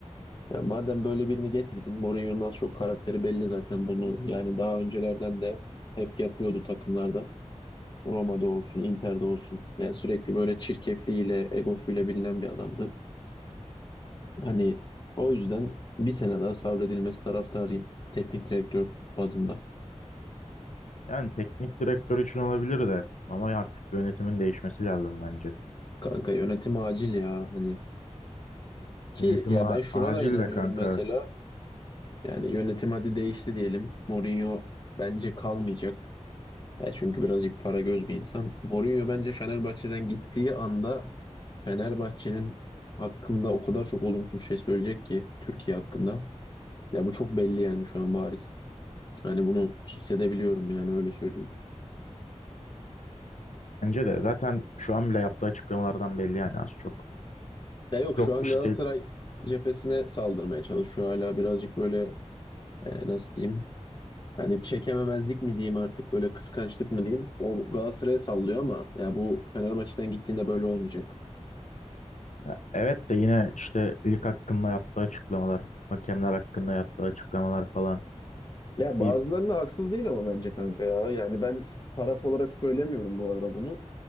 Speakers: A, on the left; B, on the left.
A: Ya madem böyle birini getirdin, Mourinho'nun az çok karakteri belli zaten bunu. Yani daha öncelerden de hep yapıyordu takımlarda. Roma'da olsun, Inter'de olsun. Yani sürekli böyle çirkefliğiyle, egosuyla bilinen bir adamdı. Hani o yüzden bir sene daha sabredilmesi taraftarıyım. Teknik direktör bazında.
B: Yani teknik direktör için olabilir de ama artık yönetimin değişmesi lazım bence.
A: Kanka yönetim acil ya hani. Ki
B: Yönetim
A: ya
B: a-
A: ben şuna
B: acil
A: da inanıyorum
B: de kanka.
A: mesela. Yani yönetim hadi değişti diyelim. Mourinho bence kalmayacak. Ya çünkü birazcık para göz bir insan. Mourinho bence Fenerbahçe'den gittiği anda Fenerbahçe'nin hakkında o kadar çok olumsuz şey söyleyecek ki Türkiye hakkında. Ya bu çok belli yani şu an bariz. Hani bunu hissedebiliyorum yani öyle söyleyeyim.
B: Bence de zaten şu an bile yaptığı açıklamalardan belli yani az çok.
A: Ya yok
B: Yok
A: şu an
B: işte
A: Galatasaray cephesine saldırmaya çalışıyor hala birazcık böyle e, nasıl diyeyim? Hani çekememezlik mi diyeyim artık böyle kıskançlık mı diyeyim? O Galatasaray'a sallıyor ama ya bu Fenerbahçe'den gittiğinde böyle olmayacak.
B: ya evet de yine işte lig hakkında yaptığı açıklamalar, hakemler hakkında yaptığı açıklamalar falan.
A: Ya bazılarına
B: Bir
A: haksız değil ama bence kanka ya. Yani ben taraf olarak söylemiyorum bu arada bunu.